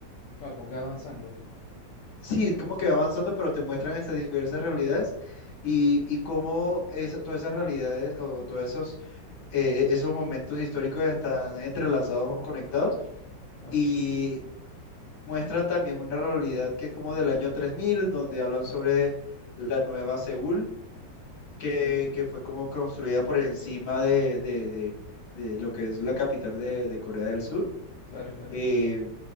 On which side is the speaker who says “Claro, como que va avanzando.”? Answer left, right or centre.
Left